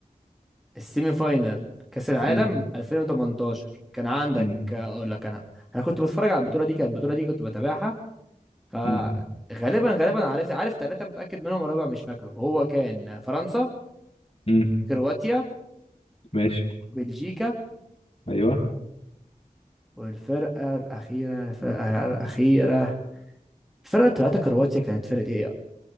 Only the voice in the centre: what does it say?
السيمي فاينال كأس العالم
2018 كان عندك
آه، اقول لك انا انا كنت بتفرج على البطولة دي كانت البطولة دي كنت بتابعها فغالبا
غالبا عارف عارف ثلاثة متأكد منهم والرابع مش فاكره هو كان فرنسا
كرواتيا
بلجيكا
والفرقة الأخيرة الفرقة الأخيرة الفرقة اللي طلعت كرواتيا كانت فرقة ايه